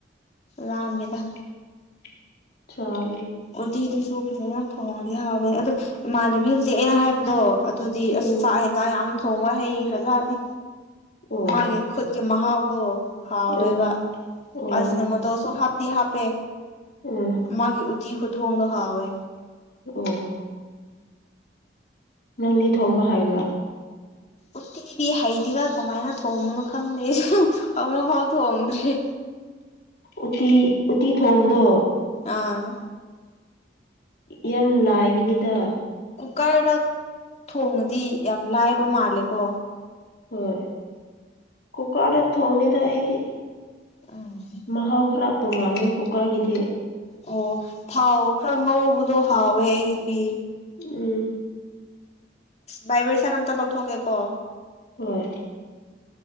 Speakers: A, on the left; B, on the left.
A: ꯂꯥꯝꯃꯦꯗ
B: <unintelligible>
A: ꯑꯣꯗꯤꯁꯨ ꯐꯖꯅ ꯊꯣꯡꯗꯤ ꯍꯥꯎꯕꯅꯦ ꯑꯗꯣ ꯏꯃꯥꯟꯅꯕꯤ ꯍꯧꯖꯤꯛ ꯑꯩꯅ ꯍꯥꯏꯕꯗꯣ ꯑꯗꯨꯗꯤ
B: ꯎꯝ
A: ꯑꯁ ꯆꯥꯛ ꯌꯦꯟꯁꯥꯡ ꯌꯥꯝ ꯊꯣꯡꯕ ꯍꯩ ꯐꯖꯅꯤ
B: ꯑꯣ
A: ꯃꯥꯒꯤ ꯈꯨꯠꯀꯤ ꯃꯍꯥꯎꯗꯣ ꯍꯥꯎꯋꯦꯕ
B: ꯎꯝ ꯑꯣ
A: ꯑꯅ ꯃꯗꯣꯁꯨ ꯍꯥꯞꯇꯤ ꯍꯥꯞꯄꯦ
B: ꯎꯝ
A: ꯃꯥꯒꯤ ꯎꯇꯤ ꯈꯨꯊꯣꯡꯒ ꯍꯥꯎꯋꯦ
B: ꯑꯣ ꯅꯪꯗꯤ ꯊꯣꯡꯕ ꯍꯥꯏꯕ꯭ꯔꯥ
A: ꯎꯇꯤꯗꯤ ꯍꯩꯗꯤꯔꯥ ꯀꯃꯥꯏꯅ ꯊꯣꯡꯕꯅꯣ ꯈꯪꯗꯦ ꯑꯃꯐꯥꯎ ꯊꯣꯡꯗ꯭ꯔꯤ
B: ꯎꯇꯤ ꯎꯇꯤ ꯊꯣꯡꯕꯗꯣ
A: ꯑꯥ
B: ꯌꯥꯝ ꯂꯥꯏꯕꯅꯤꯗ
A: ꯀꯨꯀꯔꯗ ꯊꯣꯡꯉꯗꯤ ꯌꯥꯝ ꯂꯥꯏꯕ ꯃꯥꯜꯂꯦꯀꯣ
B: ꯍꯣꯏ ꯀꯨꯀꯔꯗ ꯊꯣꯡꯉꯦꯗ ꯑꯩꯗꯤ
A: ꯑꯥ
B: ꯃꯍꯥꯎ ꯈꯔ ꯇꯣꯡꯉꯥꯂ ꯀꯨꯀꯔꯒꯤꯗꯤ
A: ꯑꯣ ꯊꯥꯎ ꯈꯔ ꯉꯧꯕꯗꯣ ꯍꯥꯎꯋꯦ ꯑꯩꯒꯤꯗꯤ
B: ꯎꯝ
A: ꯃꯥꯏꯒꯔꯦꯁꯟ ꯑꯝꯇ ꯂꯧꯊꯣꯛꯒꯦ ꯀꯣ
B: ꯍꯣꯏ